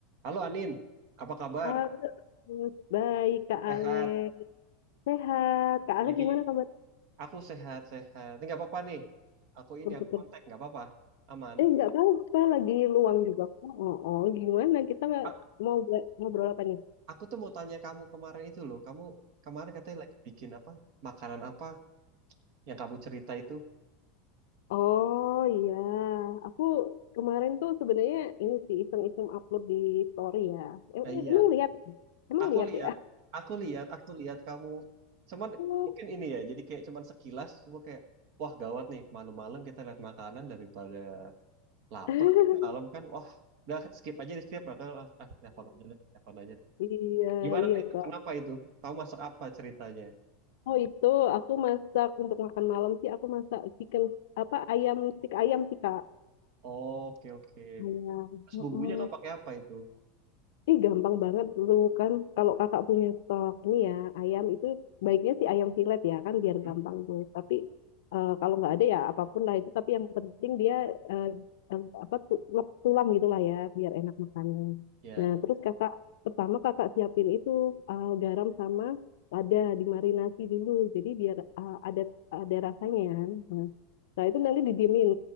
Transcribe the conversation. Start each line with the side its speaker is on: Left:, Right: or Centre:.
Right: Halo Anin, apa kabar?
Left: Halo, Gus. baik Kak
Right: Sehat?
Left: Ale. Sehat. Kak Ale
Right: Lagi
Left: gimana kabar?
Right: aku sehat-sehat. Ini nggak apa-apa nih. Aku ini
Left: Bersyukur.
Right: aku kontak nggak apa-apa. Aman.
Left: Eh, nggak tahu. Saya lagi luang juga. Kak. Oh, oh, gimana? Kita nggak-
Right: Ak-
Left: mau bela- ngobrol apa nih?
Right: Aku tuh mau tanya kamu kemarin itu loh. Kamu kemarin katanya lagi bikin apa? Makanan apa yang kamu cerita itu?
Left: Oh, iya. Aku kemarin tuh sebenarnya ini sih iseng-iseng upload di story ya. Em-
Right: Nah, iya.
Left: Emang lihat? Emang
Right: Aku
Left: lihat
Right: lihat,
Left: ya?
Right: aku lihat, aku lihat kamu. Cuman
Left: Oh.
Right: mungkin ini ya. Jadi kayak cuman sekilas. Cuma kayak wah gawat nih. Malam-malam kita lihat makanan daripada lapar.
Left: <laughs>
Right: Malam kan wah udah skip aja di skip. Makanya ah, ah, telepon aja deh. Telepon aja
Left: Iya,
Right: Gimana
Left: iya
Right: itu?
Left: Kak.
Right: Kenapa itu? Kamu masak apa ceritanya?
Left: Oh itu aku masak untuk makan malam sih aku masak chicken apa ayam stik ayam sih Kak.
Right: Oke, oke.
Left: Ayam.
Right: Terus
Left: Mm-mm.
Right: bumbunya kamu pakai apa itu?
Left: Ih, gampang banget tuh kan. Kalau kakak punya stok nih ya, ayam itu baiknya sih ayam silet ya kan biar
Right: Hmm?
Left: gampang tuh. Tapi eh, kalau nggak ada ya apapun lah itu. Tapi yang penting dia eh, eh, apa tu- lep- tulang gitulah ya biar enak makannya.
Right: Ya,
Left: Nah, terus kakak pertama kakak siapin itu eh, garam sama lada dimarinasi dulu. Jadi biar eh, ada ada rasanya. ya. Nah, setelah itu nanti didiemin